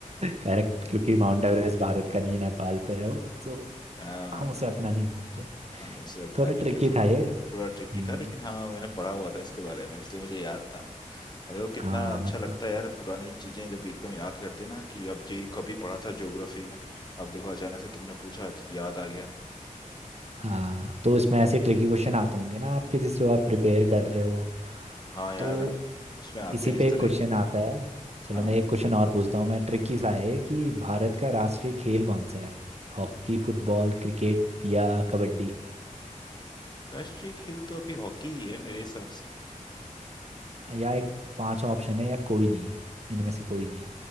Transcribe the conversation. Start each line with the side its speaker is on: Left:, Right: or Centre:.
Right: करेक्ट क्योंकि माउंट एवरेस्ट भारत का नहीं है नेपाल पे है वो तो
Left: <laughs> हाँ
Right: हम उसे अपना नहीं मानते
Left: हम उसे अपना
Right: थोड़ा
Left: नहीं
Right: ट्रिकी
Left: कह सकते
Right: था ये
Left: थोड़ा ट्रिकी
Right: हम्म
Left: था लेकिन हाँ मैंने पढ़ा हुआ था इसके बारे में इसलिए मुझे याद था मतलब कितना
Right: हाँ
Left: अच्छा
Right: मतलब
Left: लगता है यार पुरानी चीजें जब एकदम याद करते ना कि अब जो ये कभी पढ़ा था ज्योग्राफी में अब देखो अचानक से तुमने पूछा आज याद आ गया
Right: हाँ तो इसमें ऐसे ट्रिकी क्वेश्चन आते होंगे ना आपके जिससे आप प्रिपेयर कर रहे हो
Left: हाँ यार
Right: तो
Left: उसमें आते
Right: इसी
Left: हैं
Right: पे
Left: इस तरह
Right: एक क्वेश्चन
Left: के
Right: आता है चलो
Left: हाँ
Right: मैं एक क्वेश्चन और पूछता हूँ मैं ट्रिकी सा है ये कि भारत का राष्ट्रीय खेल कौन सा है हॉकी फुटबॉल क्रिकेट या कबड्डी
Left: राष्ट्रीय खेल तो अभी हॉकी ही है मेरे हिसाब से
Right: या एक पांचवा ऑप्शन है या कोई नहीं इनमें से कोई नहीं